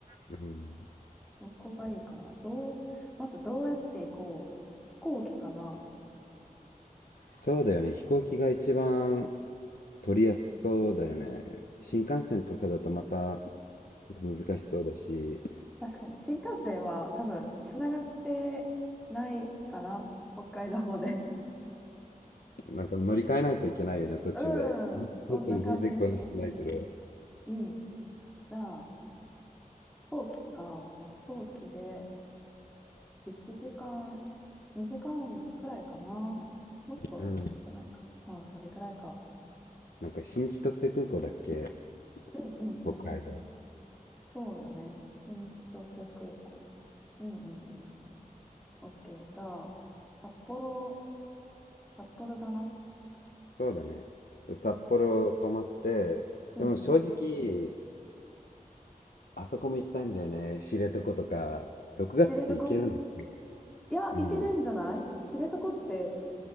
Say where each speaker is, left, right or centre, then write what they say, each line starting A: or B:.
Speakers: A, on the left; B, in the centre.
A: うん。
B: どこがいいかな。どう、まずどうやって行こう。飛行機かな。
A: そうだよね。飛行機が一番取りやすそうだよね。新幹線とかだとまたなんか難しそうだし、
B: 確かに、新幹線は多分、つながってないかな。北海道まで。
A: なんか乗り換えないといけないよね、途中で。
B: <laughs> うん、そんな感じする。
A: 本当に全然詳しくないけど。
B: うん。じゃあ、飛行機か。飛行機で1時間、2時間くらいかな。もっと少ないか。
A: うん。
B: まあ、それくらいか。
A: なんか新千歳空港だっけ
B: うんうんうん。
A: 北海道。
B: そうよね。新千歳空港。うんうんうん。オッケー。じゃあ、札幌、札幌だな。
A: そうだね。
B: 札幌、
A: で札幌泊まって、
B: うんうん。
A: でも正直、あそこも行きたいんだよね。知床とか、6月って行けるんだ。
B: 知床いや、
A: うん。
B: 行けるんじゃない知床って